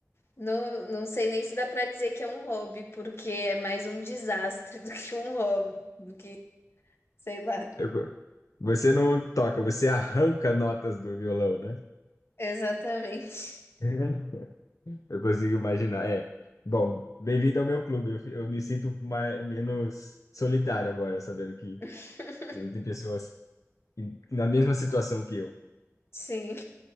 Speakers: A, on the left (about 50°); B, on the left (about 80°).
A: Não, não sei nem se dá pra dizer que é um hobby, porque é mais um desastre do que um hobby, do que, sei lá.
B: Eu- você não toca, você arranca notas do violão, né?
A: Exatamente.
B: <laughs> Eu consigo imaginar. É. Bom, bem-vindo ao meu clube. Eu, fi- eu me sinto mais, menos solitário agora, sabendo que
A: <laughs>
B: eh, tem pessoas em- na mesma situação que eu.
A: Sim,